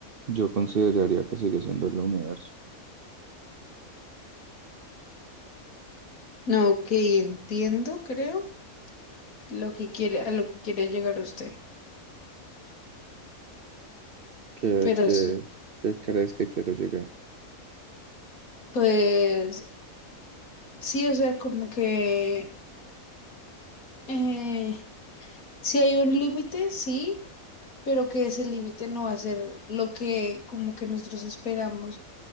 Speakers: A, on the right; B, on the left.
A: yo consideraría que sigue siendo el universo.
B: No, ok, entiendo, creo, lo que quiere, a lo que quiere llegar usted.
A: ¿Qué,
B: Pero
A: qué,
B: sí.
A: qué crees que quiero llegar?
B: Pues sí, o sea, como que eh, sí hay un límite, sí, pero que ese límite no va a ser lo que como que nosotros esperamos